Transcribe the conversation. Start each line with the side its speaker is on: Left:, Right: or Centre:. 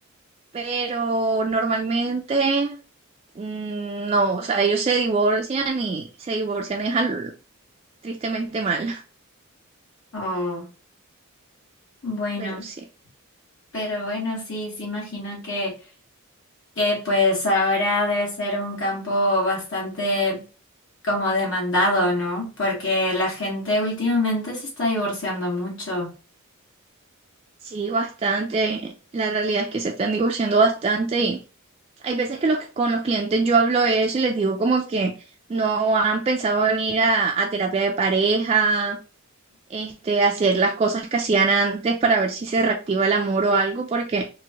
Right: Pero normalmente Mm, No, o sea, ellos se divorcian y se divorcian es al- tristemente mal, <laughs>
Left: Oh, bueno,
Right: pero sí,
Left: pero bueno, sí, sí imagino que, que pues ahora debe ser un campo bastante como demandado, ¿no? Porque la gente últimamente se está divorciando mucho.
Right: sí, bastante. La realidad es que se están divorciando bastante y hay veces que los, con los clientes yo hablo de eso y les digo como que no han pensado venir a, a terapia de pareja, este, hacer las cosas que hacían antes para ver si se reactiva el amor o algo, porque